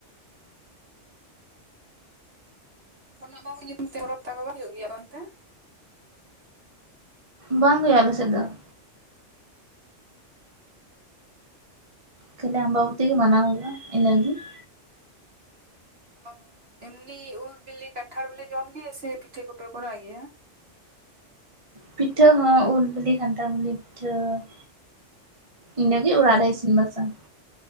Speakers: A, on the right; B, on the right.
A: ᱚᱱᱟ ᱟᱢᱟᱵᱟᱵᱩᱛᱤ ᱧᱩᱛᱩᱢ ᱛᱮ ᱦᱚᱨᱚ ᱛᱟᱠᱚ ᱵᱟᱝ ᱦᱩᱭᱩᱜ ᱜᱮᱭᱟ ᱚᱱᱛᱮ ᱾
B: ᱵᱟᱝ ᱦᱩᱭᱩᱜᱼᱟ ᱟᱞᱮ ᱥᱮᱫ ᱫᱚ ᱾
A: ᱚ ᱸ᱾
B: ᱠᱷᱟᱞᱤ ᱟᱢᱵᱟᱵᱚᱛᱤ ᱜᱮ ᱢᱟᱱᱟᱣ ᱦᱩᱭᱩᱜ-ᱟ ᱤᱧᱱᱟᱜ ᱜᱮ ᱾
A: ᱚ ᱮᱢᱱᱤ ᱩᱞ ᱵᱤᱞᱤ ᱠᱟᱱᱴᱷᱟᱲ ᱵᱤᱞᱤ ᱡᱚᱢ ᱜᱮᱭᱟ ᱥᱮ ᱯᱤᱴᱷᱟᱹ ᱠᱚᱯᱮ ᱠᱚᱨᱟᱣ ᱜᱮᱭᱟ ᱾
B: ᱯᱤᱴᱷᱟᱹ ᱦᱚᱸ ᱩᱞ ᱵᱤᱞᱤ ᱠᱷᱟᱱᱛᱷᱟᱲ ᱵᱤᱞᱤ ᱯᱤᱴᱷᱟᱹ ᱾ ᱤᱱᱟᱹᱜᱮ
A: ᱚ
B: ᱚᱲᱟᱜ ᱨᱮ ᱤᱥᱤᱱ ᱵᱟᱥᱟᱝ ᱾